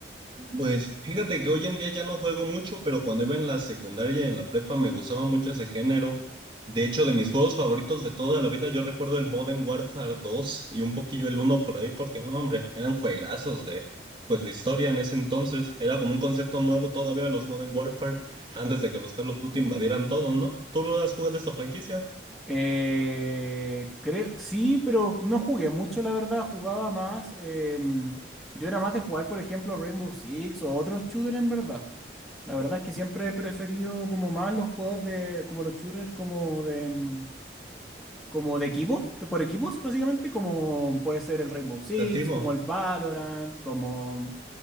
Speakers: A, on the right (about 25°); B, in the centre.
A: Pues fíjate que hoy en día ya no juego mucho, pero cuando iba en la secundaria y en la prepa me gustaba mucho ese género. De hecho, de mis juegos favoritos de toda la vida, yo recuerdo el Modern Warfare 2 y un poquillo el uno por ahí, porque no, hombre, eran juegazos de, pues, de historia en ese entonces. Era como un concepto nuevo todavía de los Modern Warfare, antes de que los Call of Duty invadieran todo, ¿no? ¿Tú lo has jugado esta franquicia?
B: Eh, creo, sí, pero no jugué mucho, la verdad. Jugaba más. em, yo era más de jugar, por ejemplo, Rainbow Six o otros shooters, en verdad. La verdad es que siempre he preferido como más los juegos de, como los shooters, como de, em, como de equipo, de por equipos, básicamente, como puede ser el Rainbow Six,
A: Relativo.
B: como el Valorant, como